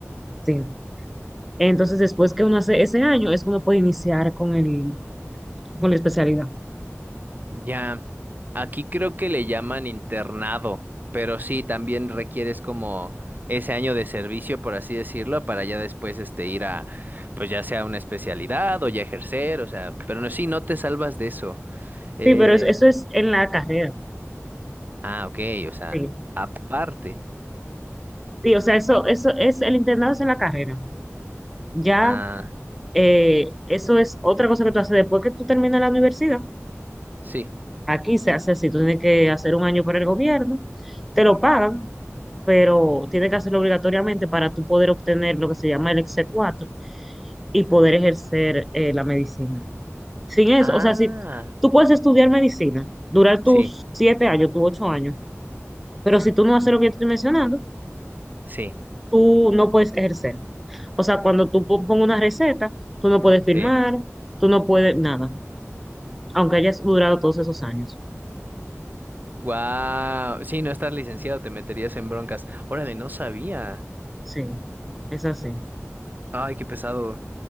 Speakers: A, in the centre; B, on the right (about 35°).
A: Sí. Entonces, después que uno hace ese año, es que uno puede iniciar con el, con la especialidad.
B: Ya, aquí creo que le llaman internado, pero sí, también requieres como ese año de servicio, por así decirlo, para ya después este ir a, pues ya sea una especialidad o ya ejercer, o sea, pero no, sí, no te salvas de eso. Eh,
A: Sí, pero es- eso es en la carrera.
B: ah, ok, o sea,
A: Sí.
B: aparte,
A: Sí, o sea, eso, eso es, el internado es en la carrera. Ya,
B: ah,
A: eh, eso es otra cosa que tú haces después que tú terminas la universidad.
B: sí,
A: Aquí se hace así, tú tienes que hacer un año para el gobierno, te lo pagan, pero tienes que hacerlo obligatoriamente para tú poder obtener lo que se llama el exe 4 y poder ejercer eh, la medicina. Sin eso,
B: ah,
A: o sea, si tú puedes estudiar medicina, durar
B: sí,
A: tus siete años, tus ocho años, pero si tú no haces lo que yo te estoy mencionando,
B: sí,
A: tú no puedes ejercer. O sea, cuando tú po- pongas una receta, tú no puedes firmar,
B: sí.
A: tú no puedes nada, aunque hayas durado todos esos años.
B: Wow, sí, no estar licenciado, te meterías en broncas. Órale, no sabía.
A: Sí, es así.
B: Ay, qué pesado.